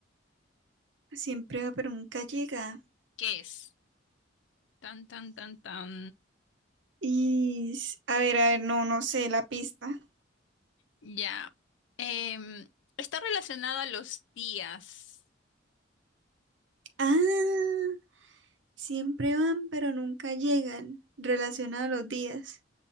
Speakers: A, on the right (about 75°); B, on the left (about 75°).
A: Siempre va, pero nunca llega.
B: ¿Qué es? Tan, tan, tan, tan.
A: Y... s- A ver, a ver, no, no sé la pista.
B: Ya. Em, está relacionado a los días.
A: Ah, siempre van, pero nunca llegan. Relacionado a los días.